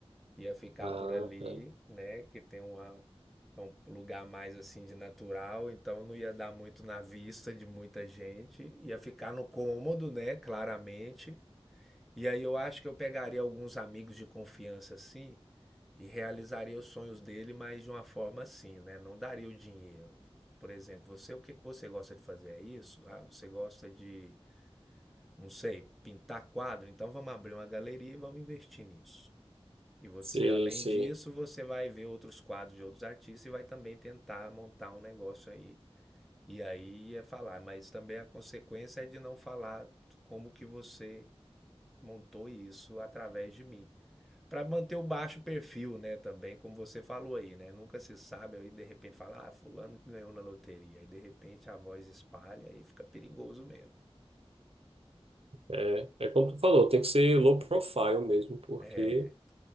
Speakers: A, in the centre; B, on the right.
A: ia ficar
B: Ah,
A: por ali,
B: cara.
A: né, que tem uma, é um lugar mais assim de natural, então não ia dar muito na vista de muita gente, ia ficar no cômodo, né, claramente. E aí eu acho que eu pegaria alguns amigos de confiança assim e realizaria os sonhos dele, mas de uma forma assim, né? Não daria o dinheiro. Por exemplo, você, o que que você gosta de fazer? É isso? Ah, você gosta de, não sei, pintar quadro? Então vamos abrir uma galeria e vamos investir nisso. E você,
B: Sei,
A: além
B: sei.
A: disso, você vai ver outros quadros de outros artistas e vai também tentar montar um negócio aí. E aí é falar, mas também a consequência é de não falar como que você montou isso através de mim. Para manter o baixo perfil, né, também, como você falou aí, né? Nunca se sabe, aí de repente fala, ah, fulano que ganhou na loteria, aí de repente a voz espalha e fica perigoso mesmo.
B: É, é como tu falou, tem que ser low profile mesmo, porque
A: É,